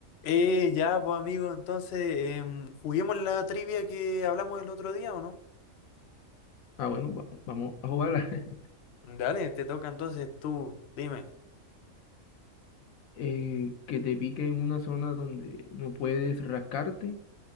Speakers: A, on the left; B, on the left.
A: Eh, ya, pues amigo, entonces, em, juguemos la trivia que hablamos el otro día, ¿o no?
B: Ah, bueno, va- vamos a jugarla. <laughs>
A: Dale, te toca entonces tú, dime.
B: Eh, que te pique en una zona donde no puedes rascarte,